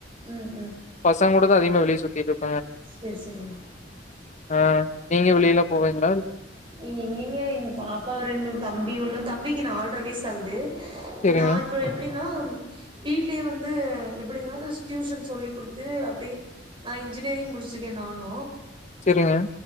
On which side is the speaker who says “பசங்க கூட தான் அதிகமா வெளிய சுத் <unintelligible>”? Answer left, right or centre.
Left